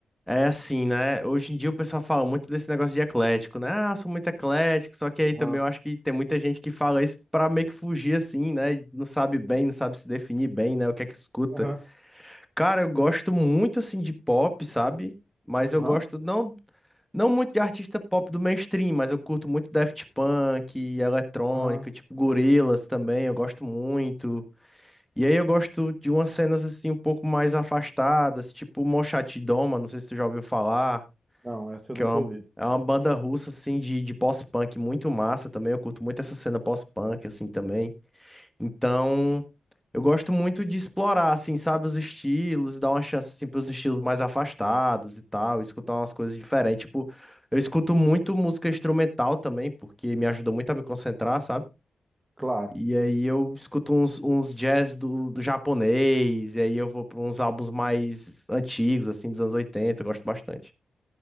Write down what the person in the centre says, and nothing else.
É assim, né? Hoje em dia o pessoal fala muito desse negócio de eclético, né? Ah, eu sou muito eclético, só que aí
também eu acho que tem muita gente que fala isso pra meio que fugir assim, né? E Não sabe bem, não sabe se definir bem, né? O que é que escuta.
Cara, eu gosto muito assim de pop, sabe? Mas eu
gosto não, não muito de artista pop do mainstream, mas eu curto muito Daft Punk, eletrônica,
tipo Gorillaz também, eu gosto muito. E aí eu gosto de umas cenas assim um pouco mais afastadas, tipo Mochate Doma, não sei se tu já ouviu falar
que
é uma,
é uma banda russa, assim, de, de pós-punk muito massa também. Eu curto muito essa cena pós-punk, assim, também. Então, eu gosto muito de explorar, assim, sabe, os estilos, dar uma chance, assim, pros estilos mais afastados e tal, escutar umas coisas diferentes. Tipo, eu escuto muito música instrumental também, porque me ajuda muito a me concentrar, sabe?
E aí eu escuto uns, uns jazz do, do japonês, e aí eu vou para uns álbuns mais antigos, assim, dos anos 80 eu gosto bastante.